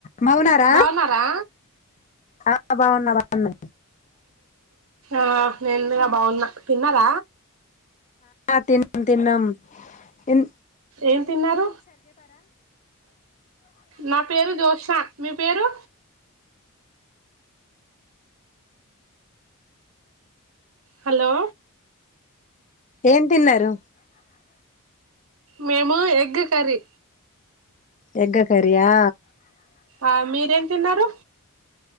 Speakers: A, on the left; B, on the right.
A: బావున్నారా
B: బాగున్నారా
A: ఆ బావున్నా బావున్నా
B: ఆ నేనుందుగా బాగున్నా తిన్నార
A: తిినం తిినం ఎం
B: ఏం తిన్నారు నా పేరు జోష మీ పేరు హలో
A: ఏన్ తిన్నారురు
B: మేము ఎగ్ కర్రీ
A: ఎగ్గ కారయా
B: ఆ మీరేం తిన్నారు